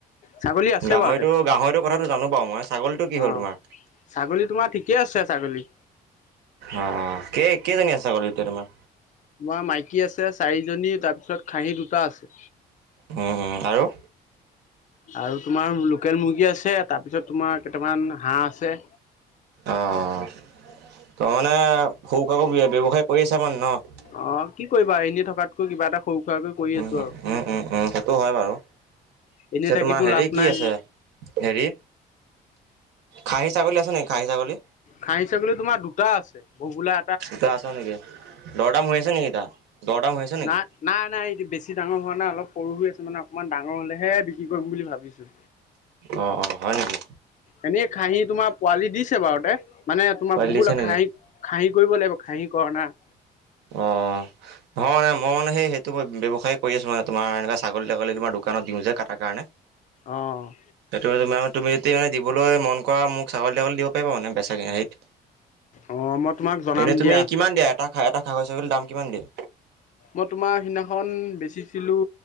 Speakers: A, on the left; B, on the right.
A: ছাগলী আছে
B: গাহৰিটো,
A: বাৰুতে
B: গাহৰিটোৰ কথাটো জানোঁ বাৰু মই। ছাগলীটো কি হ'ল
A: অ',
B: তোমাৰ?
A: ছাগলী তোমাৰ ঠিকে আছে ছাগলী।
B: অহ, কেই-কেইজনী আছে ছাগলী এতিয়া তোমাৰ?
A: তোমাৰ মাইকী আছে চাৰিজনী তাৰপিছত খাঁহী দুটা আছে।
B: উম, উম, আৰু
A: আৰু তোমাৰ লোকেল মুৰ্গী আছে, তাৰপিছত তোমাৰ কেটামান হাঁহ আছে।
B: অ', অ', তাৰমানে সৰু সুৰাকৈ ব্যৱসায় কৰি আছা মানে ন?
A: অ', কি কৰিবা আৰ এনে থকাতকৈ কিবা এটা সৰু সুৰাকৈ কৰি
B: উম,
A: আছো
B: উম,
A: আৰু
B: উম, উম, সেইটো হয়, বাৰু
A: এনেই
B: পিছে
A: থাকিতো
B: তোমাৰ হেৰি
A: লাভ
B: কি
A: নাই।
B: আছে? হেৰি খাহী ছাগলী আছে নেকি? খাহী ছাগলী?
A: খাহি ছাগলী তোমাৰ দুটা আছে ভোবোলা
B: দুটা আছে নেকি দৰদাম হৈ আছে নেকি? এইকিটা দৰদাম হৈ আছে নেকি?
A: নাই নাই, নাই এইটো বেছি ডাঙৰ হোৱা নাই অলপ সৰু হৈ আছে মানে অকণমান ডাঙৰ হ'লেহে বিক্ৰী কৰিম বুলি ভাবিছোঁ।
B: অ' অ' হয় নেকি?
A: এনেই খাহি তোমাৰ পোৱালি দিছে এবাৰতে। মানে তোমাৰ
B: পোৱালি
A: ভোবোলা
B: দিছে নেকি?
A: খাহি খাহি কৰিব লাগিব খাহি কৰা নাই।
B: অ', নহয় মানে মই মানে সেই সেইটো ব্যৱসায় কৰি আছোঁ মানে তোমাৰ এনে ছাগলী তাগলী তোমাৰ দোকানত দিওঁ যে, কাটাৰ কাৰণে।
A: অ'।
B: সেইটো তোমাৰ তুমি যদি মানে দিবলৈ মন কৰা মোক ছাগলী তাগলি দিব পাৰিবা মানে বেচ হেত
A: অ মই তোমাক জনাম
B: এনে
A: দিয়া।
B: তুমি কিমান দিয়া এটা খাহি এটা খা ছাগলীৰ দাম কিমান দিয়া?
A: মই তোমাৰ সিদিনাখন বেচিছিলোঁ